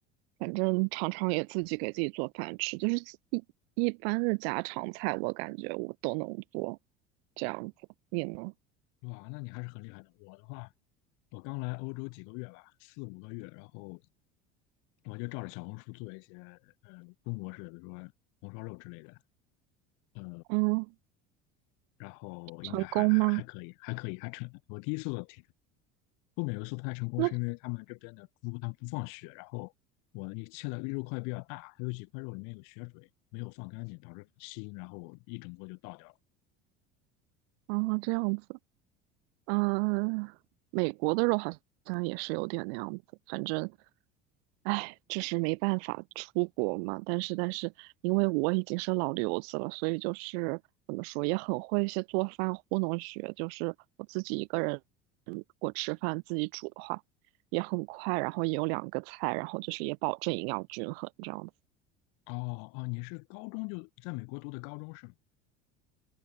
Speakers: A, on the right (about 75°); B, on the left (about 70°).
A: 反正常常也自己给自己做饭吃，就是一一般的家常菜，我感觉我都能做，这样子。你呢？
B: 哇，那你还是很厉害的。我的话，我刚来欧洲几个月吧，四五个月，然后我就照着小红书做一些呃中国式的，比如说红烧肉之类的，呃，
A: 嗯，
B: 然后应该还还还可以，
A: 成功吗？
B: 还可以，还成。我第一次做挺成后面有一次不太成功，
A: 那
B: 是因为他们这边的猪他们不放血，然后我那切的肉块比较大，还有几块肉里面有血水，没有放干净，导致很腥，然后一整锅就倒掉了。
A: 啊，这样子。嗯，美国的肉好像也是有点那样子，反正，哎，就是没办法出国嘛。但是，但是因为我已经是老留子了，所以就是怎么说，也很会一些做饭糊弄学。就是我自己一个人，嗯，我吃饭自己煮的话，也很快，然后也有两个菜，然后就是也保证营养均衡这样子。
B: 哦哦，你是高中就在美国读的高中是吗？